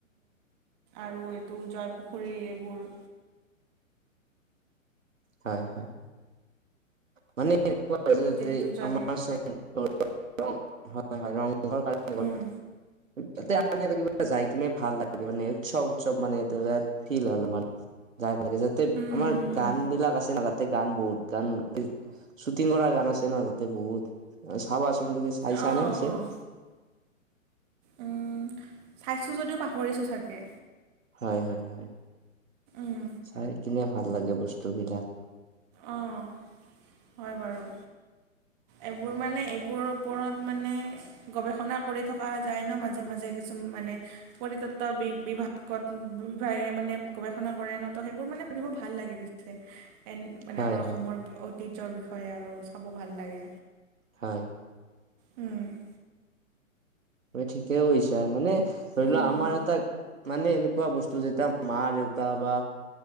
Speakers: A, on the right (about 30°); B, on the right (about 70°).
A: আৰু এইটো জয়পুখুৰী এইবোৰ
B: হয় হয় মানে এনেকুৱা হৈছে
A: যিটো
B: যে
A: জয়
B: আমাৰ চাইদৰ হয় হয় ৰংঘৰ কাৰেংঘৰ
A: উম
B: কাজিয়া লাগিব যাই কিনে ভাল লাগে মানে উৎসৱ উৎসৱ মানে ফিল হয় অলপমান যাই ভাল লাগে যাতে
A: উম
B: আমাৰ
A: উম
B: গান
A: উম
B: বিলাক আছে না তাতে গান বহুত গান শ্বুটিং কৰা গান আছে ন তাতে বহুত চাবাচোন। তুমি চাইছা
A: অঁ
B: নে পিছে
A: অঁ উম চাইছোঁ যদিও পাহৰিছোঁ চাগে
B: হয় হয় হয়
A: উম
B: চাই কিনে ভাল লাগে বস্তু বিলাক
A: অঁ হয় বাৰু এইবোৰ মানে এইবোৰৰ ওপৰত মানে গৱেষণা কৰি থকা যায় ন মাজে মাজে কিছু মানে পৰিতত্ত বি বিভাগত বিভাগে মানে গৱেষণা কৰে ন সেইবোৰ মানে পঢ়িব ভাল লাগে বে ন মানে
B: হয়
A: আমাৰ অসমৰ
B: হয়
A: ঐতিহ্যৰ বিষয়ে আৰু চাব ভাল লাগে
B: হয়
A: উম
B: ত ঠিকেই কৈছা মানে ধৰি লোৱা
A: উম
B: আমাৰ এটা মানে এনেকুৱা বস্তু যেতিয়া মা দেউতা বা